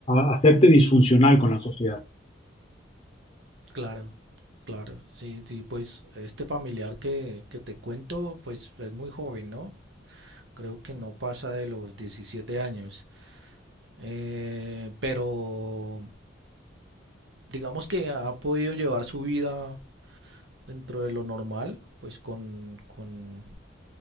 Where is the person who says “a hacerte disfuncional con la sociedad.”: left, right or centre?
Left